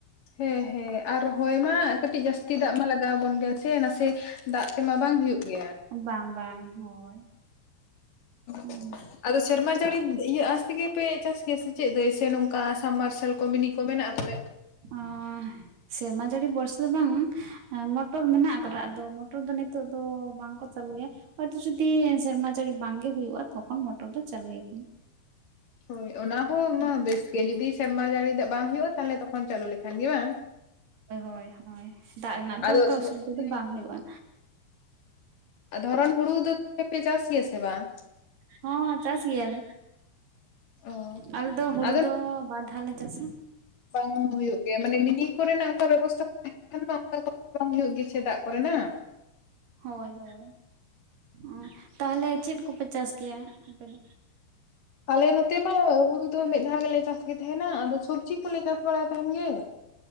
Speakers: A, on the left (about 55°); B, on the right (about 70°).
A: ᱦᱮᱸ ᱦᱮᱸ ᱟᱨ ᱨᱚᱦᱚᱭ ᱢᱟ ᱠᱟᱹᱴᱤᱡ ᱡᱟᱹᱥᱛᱤ ᱫᱟᱜ ᱢᱟ ᱞᱟᱜᱟᱣ ᱟᱵᱚᱱ ᱜᱮᱭᱟ ᱥᱮ ᱱᱟᱥᱮ ᱫᱟᱜ ᱛᱮᱢᱟ ᱵᱟᱝ ᱦᱩᱭᱩᱜ ᱜᱮᱭᱟ
B: ᱵᱟᱝ ᱵᱟᱝ ᱦᱳᱭ ᱦᱩᱸ
A: <inaudible> ᱟᱫᱚ ᱥᱮᱨᱢᱟ ᱡᱟᱹᱲᱤ ᱤᱭᱟᱹ ᱟᱥᱛᱮᱜᱮᱯᱮ ᱪᱟᱥ ᱜᱮᱭᱟ ᱥᱮ ᱪᱮᱫ ᱫᱟᱹᱭ ᱥᱮ ᱱᱚᱝᱠᱟ ᱥᱟᱵᱢᱟᱨᱥᱟᱞ ᱠᱚ ᱢᱤᱱᱤ ᱠᱚ ᱢᱮᱱᱟᱜ-ᱟ ᱯᱟᱞᱮ
B: ᱚᱻ ᱥᱮᱨᱢᱟ ᱡᱟᱹᱲᱤ ᱵᱚᱨᱥᱟ ᱵᱟᱝ ᱢᱚᱴᱚᱨ ᱢᱮᱱᱟᱜ ᱟᱠᱟᱫᱟ ᱟᱫᱚ ᱢᱚᱴᱚᱨ ᱫᱚ ᱱᱤᱛᱚᱜ ᱫᱚ ᱵᱟᱝᱠᱚ ᱪᱟᱞᱩᱭᱟ ᱦᱚᱭᱛᱚ ᱡᱩᱫᱤ ᱥᱮᱨᱢᱟ ᱡᱟᱹᱲᱤ ᱵᱟᱝᱜᱮ ᱦᱩᱭᱩᱜ-ᱟ ᱛᱚᱠᱷᱚᱱ ᱢᱚᱴᱚᱨ ᱫᱚ ᱪᱟᱹᱞᱩᱭᱟᱠᱚ
A: ᱦᱳᱭ ᱚᱱᱟ ᱦᱚᱸ
B: ᱦᱳᱭ
A: ᱢᱟ ᱵᱮᱥ ᱜᱮ ᱡᱩᱫᱤ ᱥᱮᱨᱢᱟ ᱡᱟᱹᱲᱤ ᱫᱟᱜ ᱵᱟᱝ ᱦᱩᱭᱩᱜ-ᱟ ᱛᱟᱦᱚᱞᱮ ᱛᱚᱠᱷᱚᱱ ᱪᱟᱹᱞᱩ ᱞᱮᱠᱷᱟᱱ ᱜᱮ ᱵᱟᱝ
B: ᱦᱳᱭ ᱦᱳᱭ ᱦᱳᱭ ᱫᱟᱜ ᱨᱮᱱᱟᱜ
A: ᱟᱫᱚ
B: ᱫᱚ ᱚᱱᱠᱟ ᱚᱥᱩᱵᱤᱫᱟ
A: ᱦᱮᱸ
B: ᱫᱚ ᱵᱟᱝ ᱦᱩᱭᱩᱜ-ᱟ᱾
A: ᱫᱷᱚᱨᱚᱱ ᱦᱩᱲᱩ ᱫᱚ <inaudible> ᱪᱟᱥ ᱜᱮᱭᱟ ᱥᱮ ᱵᱟᱝ
B: ᱦᱚᱸ ᱪᱟᱥ ᱜᱮᱭᱟᱞᱮ
A: ᱚ
B: ᱟᱞᱮ ᱫᱚ ᱦᱩᱲᱩ
A: ᱟᱫᱚ
B: ᱫᱚ ᱵᱟᱨ ᱫᱷᱟᱣ ᱞᱮ ᱪᱟᱥᱟ
A: ᱵᱟᱝ ᱦᱩᱭᱩᱜ ᱜᱮᱭᱟ ᱢᱟᱱᱮ ᱢᱤᱱᱤ ᱠᱚᱨᱮᱱᱟᱜ ᱚᱱᱠᱟ ᱵᱮᱵᱚᱥᱛᱟ <inaudible> <inaudible> <inaudible> ᱵᱟᱝ ᱦᱩᱭᱩᱜ ᱜᱮᱭᱟ ᱫᱟᱜ ᱠᱚᱨᱮᱱᱟᱜ
B: ᱦᱳᱭ ᱦᱳᱭ ᱚ ᱛᱟᱦᱚᱞᱮ ᱪᱮᱫ ᱠᱚᱯᱮ ᱪᱟᱥ ᱠᱮᱭᱟ ᱟᱯᱮ ᱫᱚ
A: ᱟᱞᱮ ᱱᱚᱛᱮ ᱢᱟ ᱦᱩᱲᱩ ᱫᱚ ᱢᱤᱫ ᱫᱷᱟᱣ ᱜᱮᱞᱮ ᱪᱟᱥ ᱜᱮ ᱛᱟᱦᱮᱱᱟ ᱟᱫᱚ ᱥᱚᱵᱽᱡᱤ ᱠᱚᱞᱮ ᱪᱟᱥ ᱵᱟᱲᱟᱭ ᱛᱟᱦᱮᱱ ᱜᱮ <unintelligible>